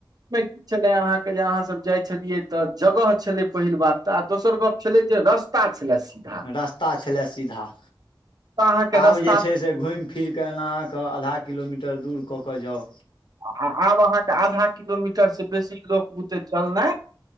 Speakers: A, on the right; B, on the left.
A: ब <inaudible> छल अहाँके जे अहाँ सब जाइ छलियै तऽ जगह छलै पहिल बात तऽ आ दोसर गप छलै जे रस छल सीधा
B: रास्ता छलए सीधा
A: अहाँके
B: आब
A: रस्ता
B: जे छै से घुमि फिर कऽ एना अहाँके आधा किलोमीटर दूर कऽ कऽ जाउ
A: आ आब अहाँके आधा किलोमीटरसँ बेसी लोक बुते चलनाइ